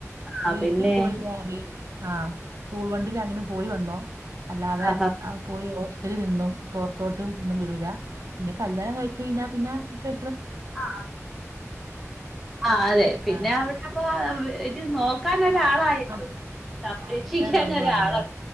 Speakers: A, in the centre; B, on the right.
A: ആ
B: വീട്ടിൽ
A: പിന്നെ
B: പോയി ആ സ്കൂൾ വണ്ടി അങ്ങനും പോയി വന്നോ അല്ലാതെ
A: ആഹാ
B: അ ട്ടിൽ നിന്നും പുറത്തോട്ടും ഒന്നും വിടൂല പിന്നെ കല്യാണം കഴിച്ച് കഴിഞ്ഞാ പിന്നെ കെ
A: ആ ആ അതെ പിന്നെ
B: ആഹ്
A: അവിടെപ്പ ഇത് നോക്കാൻ ഒരാളായിട്ടും
B: അവ
A: സംരക്ഷിക്കാൻ
B: അവരുടെ ലോകമായല്ലോ
A: ഒരാളായി